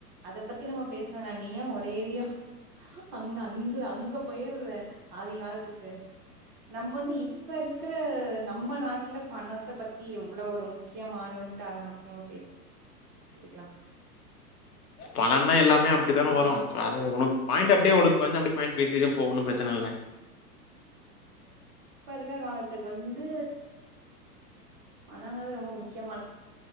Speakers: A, on the right (about 25°); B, on the left (about 65°).
A: அதை பத்தி நம்ம பேச வேணா நீ ஏன் ஒரேடியா அங்க அந்து அங்க போயிருற ஆதி காலத்துக்கு நம்ம வந்து இப்ப இருக்கிற நம்ம நாட்டுல பணத்தை பத்தி எவ்வளவு ஒரு முக்கியமானதுன்ட்டு அத மட்டு நம்ம பே சிக்கலா
B: பணம்ன்னா எல்லாமே அப்படித்தானே
A: ஆ
B: வரும் அது உனக்கு பாயிண்ட் அப்படியே விடு கொஞ்சோ இப்ப வந்து அப்படி பாயிண்ட் பேசிட்டு போகும் பிரச்சன இல்ல
A: பழைய காலத்துக்கு வந்து பணங்க தா ரொம்ப முக்கியமா